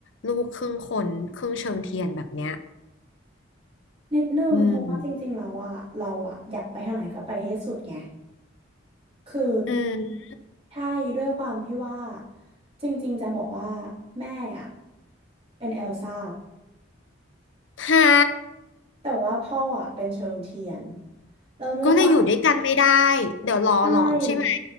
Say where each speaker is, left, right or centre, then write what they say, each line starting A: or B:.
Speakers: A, on the left; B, on the right.
A: ลูกครึ่งคนครึ่งเชิงเทียนแบบเนี้ย
B: นิดนึงเพราะว่าจริงๆแล้วอะเราอะอยากไปทางไหนก็ไปให้สุดไง
A: อืม
B: คือ
A: อืม
B: ใช่ด้วยความที่ว่าจริงๆจะบอกว่าแม่อะเป็นเอลซ่า
A: ฮะ
B: แต่ว่าพ่ออะเป็นเชิงเทียนเราด้วยความ
A: ก็เลยอยู่ด้วยกันไม่ได้เดี๋ยวรอหลอมใช่ไหม
B: ใช่